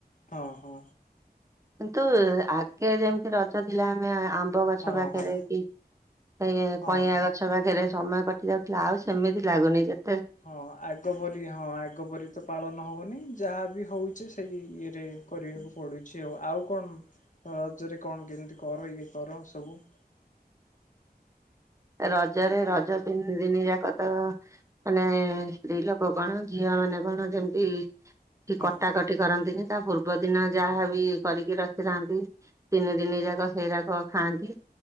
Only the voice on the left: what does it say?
ହଁ ହଁ।
ସେ
ହଁ
ହଁ
ହଁ
ହଁ
ହଁ।
ହଁ ଆଗ ପରି ହଁ ଆଗ ପରି ତ ପାଳନ ହଉନି ଯାହା ବି ହଉଚି ସେଇ ଇଏ ରେ କରିବାକୁ ପଡୁଛି ଆଉ ଆଉ କଣ ରଜରେ କଣ କେମିତି କର ଇଏ କର ସବୁ? ହ <inaudible>
ହଁ